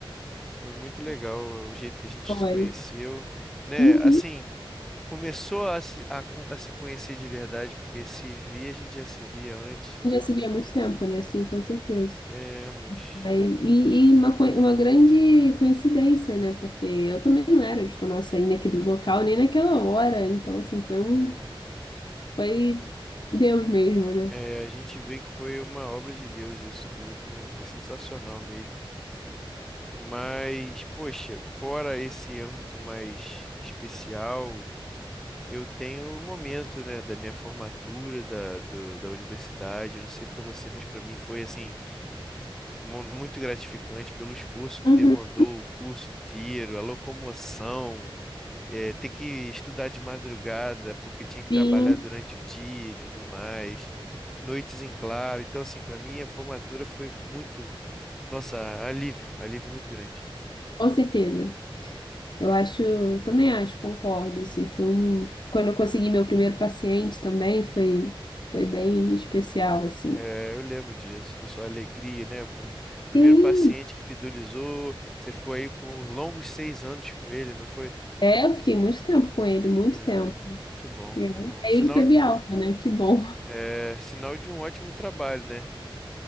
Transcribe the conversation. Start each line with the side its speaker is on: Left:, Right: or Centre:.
Centre: foi muito legal o jeito que a gente
Left: olha.
Centre: se conheceu, né?
Left: Uhum.
Centre: Assim. começou a, se- a, co- a se conhecer de verdade, porque se via, a gente já se via antes, né?
Left: Já se via há muito tempo, né? Sim, com certeza.
Centre: É, mas
Left: Aí- E, e uma, coi- uma grande coincidência, né? Porque eu também não era de tomar açaí naquele local, nem naquela hora. Então, assim, foi
Centre: é,
Left: um... Foi Deus mesmo, né?
Centre: é, a gente vê que foi uma obra de Deus isso tudo, né? Foi sensacional mesmo. Mas, poxa, fora esse âmbito mais especial, eu tenho o momento, né, da minha formatura da, do- da universidade. Não sei para você, mas para mim foi assim mu- muito gratificante pelo esforço que
Left: Uhum.
Centre: demandou o curso inteiro, a locomoção eh, ter que estudar de madrugada porque tinha que trabalhar
Left: Sim,
Centre: durante o dia e tudo mais, noites em claro. Então, assim, para mim a formatura foi muito, nossa, alívio, alívio muito grande.
Left: com certeza. Eu acho... Também acho, concordo, assim. Foi um... Quando eu consegui meu primeiro paciente também, foi, foi bem especial, assim.
Centre: Eh, eu lembro disso, da sua alegria, né? Com o primeiro
Left: Sim.
Centre: paciente que fidelizou, você ficou aí por longos seis anos com ele, não foi?
Left: É, eu fiquei muito tempo com ele, muito
Centre: Eh,
Left: tempo.
Centre: que bom,
Left: É. E
Centre: que bom.
Left: aí
Centre: Sinal,
Left: ele teve alta, né? Que bom. <laughs>
Centre: eh, sinal de um ótimo trabalho, né?